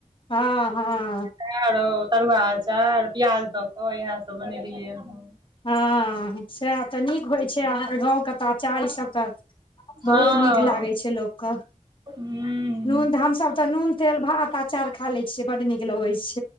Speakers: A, on the left; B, on the right.
A: हँ हँ
B: चार तरुआ अचार प्याज दऽ क इएह सब बनेलियै हं
A: हँ सएह तऽ नीक होइ छै अहाँके गाँवके ताचाीसभ तऽ
B: हँ
A: बहुत नीक लागे छै लोकके
B: ह्म
A: नून हमस तऽ नून तेल भात अचार खा ले छियै बड नीक लगे छय